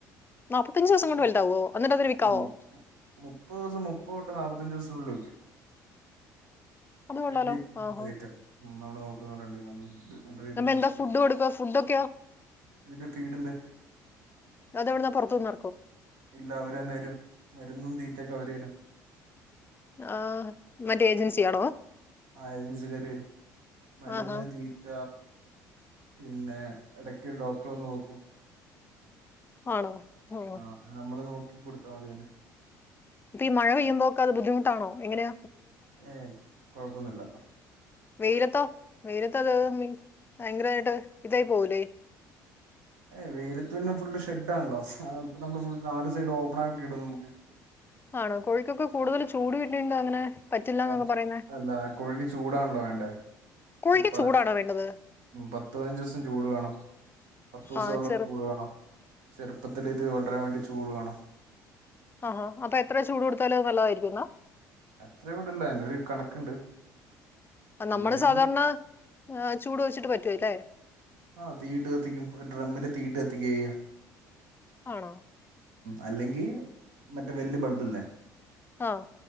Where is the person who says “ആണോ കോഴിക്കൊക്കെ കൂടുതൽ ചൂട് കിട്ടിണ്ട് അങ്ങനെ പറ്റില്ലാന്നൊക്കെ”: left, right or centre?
Left